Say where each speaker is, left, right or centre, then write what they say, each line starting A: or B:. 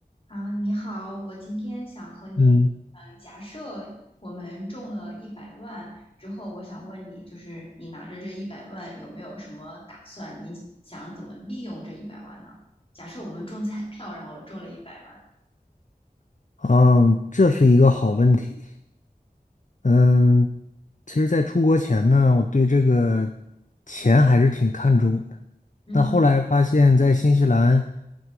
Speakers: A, on the left; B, on the left.
A: 啊，你好，我今天想和你，
B: 嗯，
A: 嗯，假设我们中了一百万之后，我想问你，就是你拿着这一百万有没有什么打算？你想怎么利用这一百万呢？假设我们中彩票，然后中了一百万，
B: 嗯，这是一个好问题。嗯，其实，在出国前呢，我对这个钱还是挺看重的。
A: 嗯
B: 但后来发现，在新西兰，